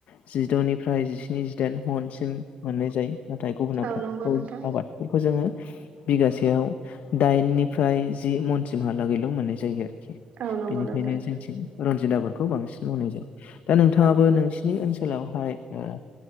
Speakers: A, on the left; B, on the right.
A: जिद'निफ्राय जिस्नि जिदाइन हनसिम मोननाय जायो। नाथाय गुबुन आबादखौ
B: औ नंगौ नोंथां
A: आबाद बेखौ जोङो बिगासेयाव दाइननिफ्राय जि मनसिमहालागैल' मोननाय जायो आरोखि
B: औ नंगौ
A: बेनिखायनो
B: नोंथां
A: जोंथिं रनजिताफोरखौ बांसिन मावनाय जायो। दा नोंथाङाबो
B: औ
A: नोंसिनि ओनसोल ओनसोलावहाय ओ